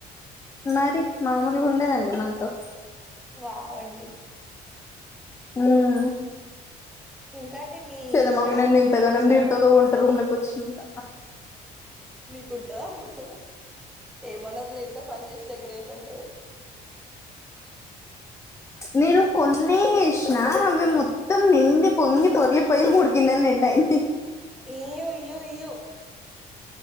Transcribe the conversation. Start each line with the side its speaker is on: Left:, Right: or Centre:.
Left: మరి మామూలుగా ఉండదండి మనతో
Centre: వావండి
Left: మ్మ్
Centre: ఇంకాండి మీ
Left: లేదా మమ్మీ
Centre: శామ్
Left: నన్ను
Centre: మూవీ
Left: ఎంత గనం
Centre: చూసారా
Left: తిడతదో వంట రూమ్ కొచ్చినంక
Centre: నీకుంటందా ఏమన్నది లే ఎంత పని చేసినా గ్రేట్ అంటది
Left: నేను కొన్ని ఏసిన అవి మొత్తం నిండి పొంగి పొరలిపోయి మూడు గిన్నెలు నిండయి
Centre: ఇయ్యో ఇయ్యో ఇయ్యో